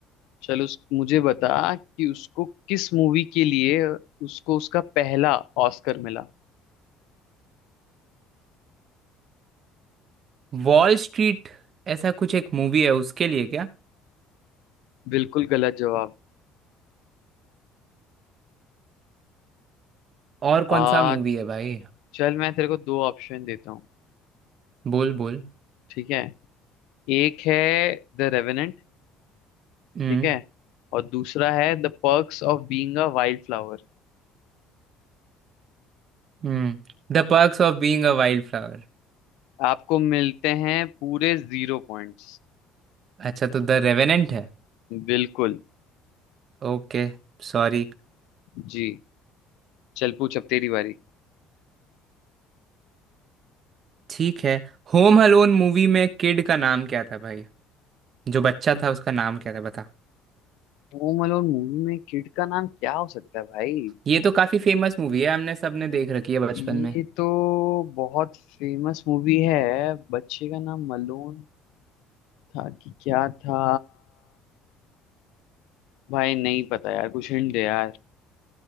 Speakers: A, on the left (about 80°); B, on the right (about 35°).
A: चल उस मुझे बता कि उसको किस मूवी के लिए उसको उसका पहला ऑस्कर मिला
B: वॉल स्ट्रीट ऐसा कुछ एक मूवी है उसके लिए क्या
A: बिल्कुल गलत जवाब
B: और
A: आ
B: कौन सा मूवी है भाई
A: चल मैं तेरे को दो ऑप्शन देता हूँ
B: बोल बोल
A: ठीक है एक है द रेवेनेंट
B: हम्म
A: ठीक है और दूसरा है the perks of being a wild flower
B: हम्म The perks of being a wild flower
A: आपको मिलते हैं पूरे जीरो पॉइंट्स
B: अच्छा तो द रेवेनेंट है
A: बिल्कुल
B: ओके सॉरी
A: जी चल पूछ अब तेरी बारी
B: ठीक है होम अलोन मूवी में किड का नाम क्या था भाई जो बच्चा था उसका नाम क्या था बता
A: होम अलोन मूवी में किड का नाम क्या हो सकता है भाई
B: ये तो काफी फेमस मूवी है हमने सबने देख रखी है बचपन
A: ये
B: में
A: तो बहुत फेमस मूवी है बच्चे का नाम मलून था कि क्या था भाई नहीं पता यार कुछ हिंट दे यार